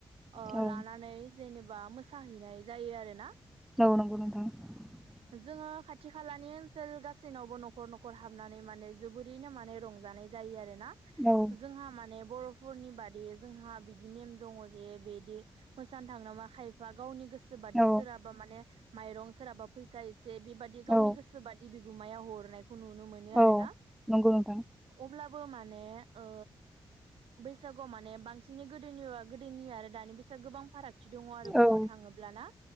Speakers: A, on the right; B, in the centre.
A: ओ
B: औ
A: लानानै जेनेबा मो साहैनाय जायो आरो ना
B: औ
A: जोङो खाथि खालानि ओनसोल गासैनावबो न'खर न'खर हाबनानै माने जोबोरैनो माने रंजानाय। जायो आरोना
B: औ
A: जोंहा माने बर'फ फोरनि बादि जोंहा बिदि नेम दङ जे बिदि मोसानो थां नामा खायफा गावनि गोसो सो बादि
B: औ
A: सोराबा माने माइरं सोरहाबा फैसा ए बे बेबादि गावनि
B: औ
A: गोसो बि गुमाया हरनाय खौ नुनो मोन आरोना।
B: औ नंगौ नोंथां
A: अब्ला बो माने ओ बैसागुआव माने बांसिनै गोदोनि गोदोनि आरो दानि बैसाग गोबां फाराग- थि दङ आरो
B: औ
A: बुंनो थाङोब्ला ना।